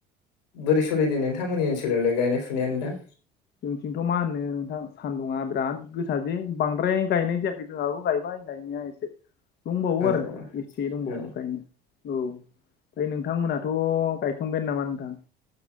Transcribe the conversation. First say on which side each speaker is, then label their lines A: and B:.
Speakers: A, on the left; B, on the left.
A: बोरै सलिदों नोंथांमोननि ओनसोलावलाय गायनाय फुनायानो दा
B: जोंथिंथ' मा होननो नोंथां सान्दुङा बिराद गोसा जे बांद्राय गायनाय जायाखै <unintelligible> गायबाय गायनाया एसे दंबावो
A: औ
B: आरो <unintelligible> दंबावो
A: औ
B: गायनो औ ओमफ्राय नोंथांमोनाथ' गायखांबायानो नामा नोंथां